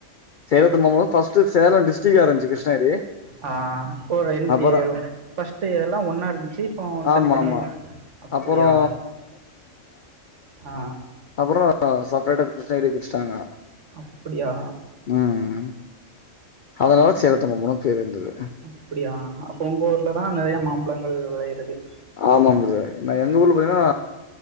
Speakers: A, on the left; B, on the right.
A: சேலத்து மாம்பழம் ஃபர்ஸ்ட்டு சேலம் டிஸ்ட்ரிக்கா இருந்ச்சு கிருஷ்ணகிரி
B: ஆ ஒரு இன்டு
A: அப்பறோ
B: ஃபர்ஸ்ட்டு இதெல்லா ஒன்னா இருந்துச்சு இப்போ
A: ஆமா
B: தனித்தனியா
A: ஆமா
B: அப்பிடியா
A: அப்பறோ
B: ஆ
A: அப்புறோ சப்ரேட்ட கிருஷ்ணகிரி பிரிஷ்ட்டாங்க
B: அப்படியா
A: ம் அதனால சேலத்து மம்புன்னு பேர் இருந்தது
B: அப்படியா அப்ப உங்க ஊர்லதா நெறைய மாம்பழங்கள் விளையறது
A: ஆமாங் ப்ரோ நா எங்க ஊர்ல பாத்தீன்னா